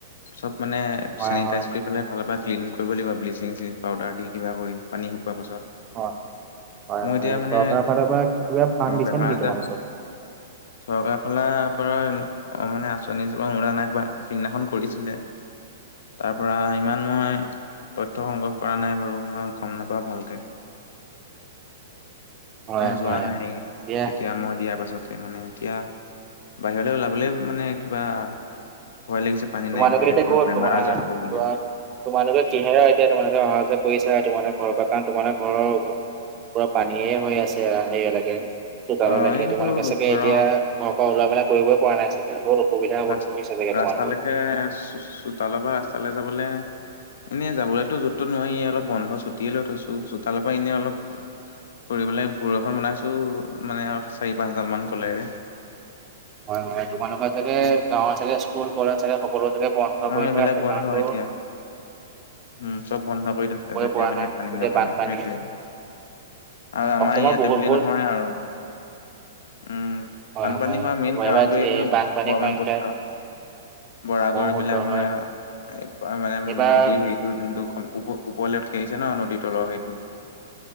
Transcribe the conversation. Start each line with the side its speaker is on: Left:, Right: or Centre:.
Left: চব মানে
Right: হয়
Left: চেনিটাইজ
Right: হয়
Left: কৰি পেলাই ফালৰ পৰা ক্লিন কৰিব লাগিব ব্লিচিং পাউডাৰ দি কিবা কৰি পানী শুকোৱাৰ পাছত।
Right: হয় হয়
Left: মোৰ
Right: হয়
Left: এতিয়া মানে
Right: চৰকাৰৰ ফালৰ পৰা কিবা ফাণ্ড দিছে
Left: বেমাৰ
Right: নেকি
Left: আজাৰ
Right: তোমালোকক
Left: হয় চৰকাৰ ফালৰপৰা অ মানে আঁচনি <unintelligible> সেইদিনাখন কৰিছিলে। তাৰপৰা ইমান মই তথ্য সংগ্ৰহ কৰা নাই বাৰু মই গম নাপাওঁ ভালকে।
Right: হয়
Left: মই যোৱা
Right: হয়
Left: নাই
Right: এতিয়া
Left: তেতিয়া মই দিয়াৰ পাছতে মানে এতিয়া বাহিৰলে ওলাবলেই মানে কিবা ভয় লাগিছে। পানীত
Right: তোমালোকে
Left: নামিবলে
Right: এতিয়া
Left: কিবা
Right: ক'ত
Left: বেমাৰ আজাৰ হ'ব বুলি।
Right: তোমাৰ তোমালোকে কিহেৰে এতিয়া তোমালোকে অহা যোৱা কৰিছা তোমালোকৰ ঘৰৰ পৰা কাৰণ তোমালোকৰ ঘৰৰ পুৰা পানীয়ে হৈ আছে সেইয়ালকে চোতাললেকে
Left: অ এইটো
Right: তোমালোকে চাগে
Left: ধৰক
Right: এতিয়া ঘৰ পৰা ওলোৱা মেলা কৰিবই পৰা নাই চাগে <unintelligible>
Left: ৰা
Right: হৈছে চাগে
Left: ৰাস্তালেকে
Right: তোমালোকৰ
Left: চোতালৰ পৰা ৰাস্তালে যাবলে এনেই যাবলেতো য'ত তত নোৱাৰি অলপ বন্ধ চুটিয়ে লৈ থৈছো চোতালৰ পৰা এনেই অলপ ফুৰিবলে ভোৰ এখন বনাইছোঁ মানে আৰু চাৰি পাঁচ দালমান কলেৰে।
Right: হয় হয় তোমালোকৰ চাগে গাঁৱৰ চাগে স্কুল কলেজ চাগে সকলো চাগে বন্ধ
Left: অ
Right: কৰি
Left: এইবিলাক
Right: থোৱাৰআছে
Left: বন্ধ
Right: কাৰণটো
Left: এতিয়া উম', চব বন্ধ কৰি থৈছে যেতিয়ালৈকে
Right: পৰা নাই
Left: পানী
Right: গোটেই
Left: নহয়
Right: বানপানী
Left: সেইটোয়ে। আৰু আমাৰ
Right: অসমৰ
Left: ইয়াতে
Right: বহুত
Left: বোলি
Right: বহুত
Left: নহয় আৰু উম'।
Right: হয়
Left: বানপানী
Right: হয়
Left: হোৱা মেইন
Right: তোমাৰ
Left: কাৰণটো
Right: এইবাৰ
Left: এইটো
Right: এই বানপানীৰ
Left: ব্ৰহ্মপুত্ৰ।
Right: সংখ্যাই
Left: বৰাকৰ
Right: ব্ৰহ্মপুত্ৰ
Left: এইবিলাক মানে
Right: হয়
Left: এ পুৰা মানে
Right: এইবাৰ
Left: নদীৰ হেৰিত নৈ নৈখন ওপ ওপৰলৈ উঠি আহিছে ন? নদীৰ তলৰ সেইটো।